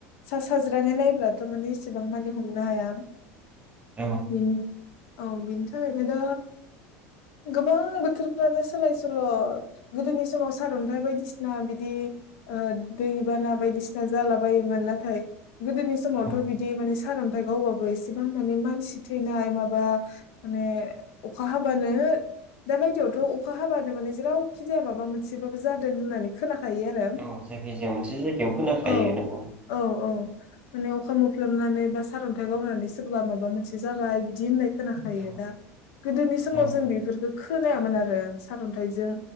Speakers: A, on the left (about 70°); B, on the right (about 15°).
A: सा साज्रांयै नायब्ला थ' माने एसेबां माने हमनो हाया
B: औ
A: बिनि औ बिनि थाखायनो दा गोबां बोथोरफ्रानो सोलाय सोल' गोदोनि समाव सारन्थाइ बायदिसिना बिदि ओ दै बाना बायदिसिना जाला बायोमोन नाथाय गोदोनि समावथ'
B: औ
A: बिदि माने सार अ न्थाय गावबाबो इसेबां माने मानसि थैनाय माबा माने अखा हाबानो दा बायदियावथ' अखा हाबानो माने जेरावखि जाया माबा मोनसेबाबो जादों होननानै खोनाखायो आरो
B: औ जिखि जाया मोनसे जायगायाव खोनाखायो
A: औ
B: नंगौ।
A: औ औ। माने अखा मोफलामनानै बा सारन्थाइ गावनानै सोरबा माबा मोनसे जाबाय बिदि होननाय खोनाखायो
B: औ
A: दा गोदोनि समाव
B: औ
A: जों बेफोरखो खोनायामोन आरो। सारन्थाइजों